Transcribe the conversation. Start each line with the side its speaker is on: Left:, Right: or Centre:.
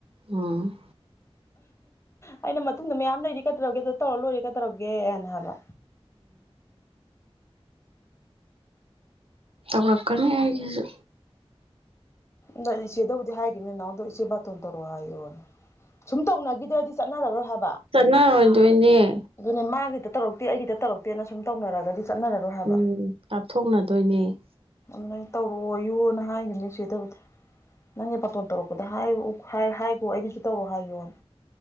Right: ꯎꯝ
Left: ꯑꯩꯅ ꯃꯇꯨꯡꯗ ꯃꯌꯥꯝ ꯂꯩꯔꯤ ꯀꯩꯗꯧꯔꯒꯦ ꯑꯗꯨꯣ ꯇꯧꯔ ꯂꯣꯏꯔꯦ ꯀꯩꯗꯧꯔꯒꯦꯅ ꯍꯥꯏꯕ
Right: ꯎꯝ ꯇꯛꯀꯅꯤ ꯍꯥꯏꯒꯦꯁꯨ
Left: ꯅꯣꯏ ꯏꯆꯦꯗꯕꯨꯗꯤ ꯍꯥꯏꯈꯤꯕꯅꯤ ꯅꯍꯎꯗꯣ ꯏꯆꯦ ꯕꯥꯇꯣꯟ ꯇꯧꯔꯛꯑꯣ ꯍꯥꯏꯌꯣꯅꯦ ꯁꯨꯝ ꯇꯧꯅꯈꯤꯗ꯭ꯔꯗꯤ ꯆꯠꯅꯔꯔꯣꯏ ꯍꯥꯏꯕ
Right: ꯆꯟꯅ ꯑꯣꯏꯣꯏꯗꯨꯕꯅꯦꯦ
Left: ꯑꯗꯨꯅꯦ ꯃꯥꯒꯤꯗ ꯇꯧꯔꯛꯇꯦ ꯑꯩꯒꯤꯗ ꯇꯧꯔꯛꯇꯦꯅ ꯁꯨꯝ ꯇꯧꯅꯔꯒꯗꯤ ꯆꯠꯅꯔꯔꯣꯏ ꯍꯥꯏꯕ
Right: ꯎꯝ ꯂꯥꯞꯊꯣꯛꯅꯗꯣꯏꯅꯦ
Left: ꯑꯣꯂꯥꯏ ꯇꯧꯔꯛꯑꯣꯌꯨꯅ ꯍꯥꯏꯈꯤꯕꯅꯤ ꯆꯦꯗꯕꯨꯗꯤ ꯅꯪꯒꯤ ꯄꯇꯣꯟ ꯇꯧꯔꯛꯄꯗ ꯍꯥꯏꯌ ꯍꯥꯏꯈꯣ ꯑꯩꯒꯤꯁꯨ ꯇꯧꯔꯣ ꯍꯥꯏꯌꯣꯅ